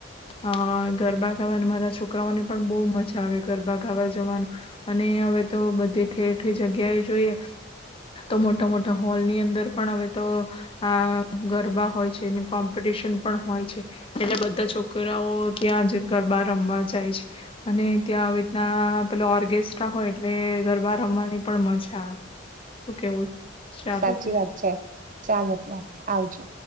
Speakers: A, on the left (about 30°); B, on the right (about 45°).
A: અ ગરબા ગાવા મારા છોકરાઓને પણ બહુ મજા આવે. ગરબા ગાવા જવાનું અને હવે તો બધી ઠેર ઠેર જગ્યાએ જોઈએ તો મોટા મોટા હોલ ની અંદર પણ હવે તો આ ગરબા હોય છે કોમ્પિટિશન પણ હોય છે એટલે બધા છોકરાઓ ત્યાં જ ગરબા રમવા જાય છે અને ના પે ઓર્કેસ્ટ્રા હોય એટલે ગરબા રમવાની પણ મજા આવે શું કેવું? ચાલો
B: સાચી
A: ત્યાં
B: વાત છે ચાલો ત્યારે આવજો.